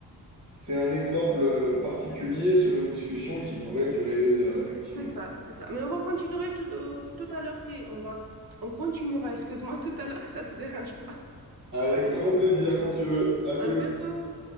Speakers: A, on the right; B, on the right.
A: C'est un exemple euh, particulier sur une discussion qui pourrait durer des heures, effectivement.
B: C'est ça, c'est ça. Mais on va continuer tout, euh, tout à l'heure si on va on continuera, excuse-moi, <laughs> tout à l'heure si ça te dérange pas.
A: Avec grand plaisir, quand tu veux. À toute.
B: À bientôt.